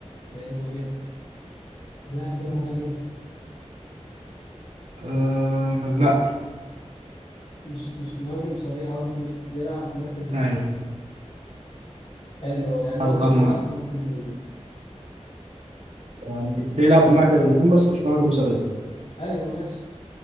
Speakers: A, on the left; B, on the right.
A: حلو جدا اللاعب ده مهاجم
B: آه لا
A: مش مش مهاجم صريح قصدي بيلعب في مركز الهجوم
B: ايوه
A: حلو أوي يعني
B: قصدك
A: هو كان بيلعب
B: ما-
A: في مركز الهجوم
B: يعني بيلعب في مركز الهجوم بس مش مهاجم صريح
A: أيوه ماشي